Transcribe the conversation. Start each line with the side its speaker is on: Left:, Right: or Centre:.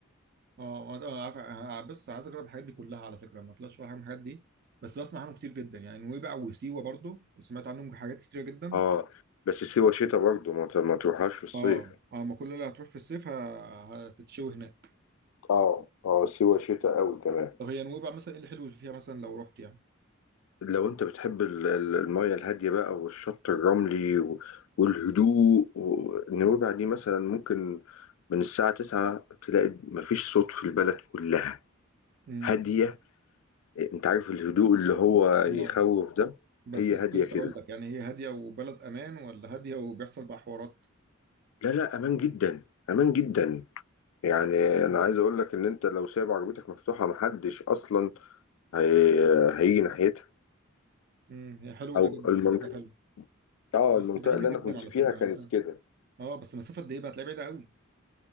Right: اه أنا عارف أنا بس عايز اجرب الحاجات دي كلها على فكره ما طلعتش ولا حاجه من الحاجات دي بس بسمع عنهم كتير جدا يعني نويبع وسيوه برضو سمعت عنهم حاجات كتيره جدا
Left: اه بس سيوه شتاء برضو ما ت- ما تروحهاش في الصيف
Right: اه اه ما كل اللي هتروح في الصيف ه- هتتشوي هناك
Left: اه اه سيوه شتاء قوي كمان
Right: طب هي نويبع مثلا ايه الحلو اللي فيها مثلا لو رحت يعني
Left: لو انت بتحب ال- ال- الميه الهاديه بقى والشط الرملي و- والهدوء و- نويبع دي مثلا ممكن من الساعه 9 تلاقي مفيش صوت في البلد كلها
Right: امم
Left: هاديه انت عارف الهدوء اللي هو يخوف
Right: اه
Left: ده
Right: بس
Left: هي هاديه
Right: كنت لسه
Left: كده
Right: اقول لك يعني هي هاديه وبلد امان ولا هاديه وبيحصل بقى حوارات
Left: لا لا امان جدا امان جدا يعني انا عايز اقول لك ان انت لو سايب عربيتك مفتوحه محدش اصلا هي... هيجي ناحيتها
Right: امم هي حلو
Left: او
Right: ده جدا
Left: المنطقه
Right: ده حاجه حلوه
Left: اه
Right: بس
Left: المنطقه
Right: بعيده
Left: اللي
Right: جدا
Left: انا كنت
Right: على
Left: فيها
Right: فكره يعني
Left: كانت
Right: مثلا
Left: كده
Right: اه بس مسافه قد ايه بقى هتلاقيها بعيده قوي